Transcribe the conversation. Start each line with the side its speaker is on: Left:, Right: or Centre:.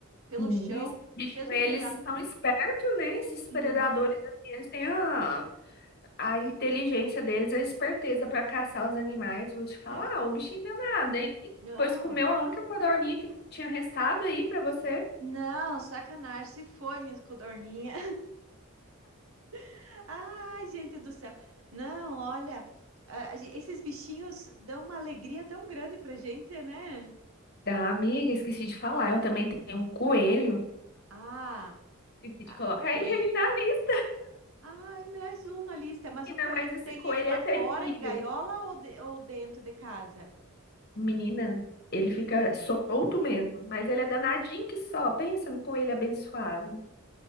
Right: pelo
Left: Menina,
Right: chão,
Left: esses bichos,
Right: fez um
Left: eles
Right: buraco.
Left: são espertos, né? Esses predadores,
Right: Uhum.
Left: assim, eles têm a, a inteligência deles, a esperteza para caçar os animais. Vou te falar,
Right: É,
Left: o bichinho deu nada, hein?
Right: ah,
Left: Pois comeu a única codorninha que tinha restado aí para você.
Right: Não, sacanagem, se foi, minha codorninha. <laughs> Ai, gente do céu. Não, olha, a- a gen- esses bichinhos dão uma alegria tão grande pra gente, né?
Left: Da amiga, esqueci de falar, eu também tenho um coelho.
Right: Ah,
Left: Esqueci de
Right: a-
Left: colocar
Right: coelho.
Left: ele aí na lista,
Right: Ai, mais um na lista. Mas
Left: ainda
Right: o coelho,
Left: mais
Right: tu
Left: esse
Right: tem
Left: coelho
Right: ele lá
Left: é terrível.
Right: fora, em gaiola ou, de- ou dentro de casa?
Left: Menina, ele fica solto mesmo, mas ele é danadinho que só. Pensa no coelho abençoado.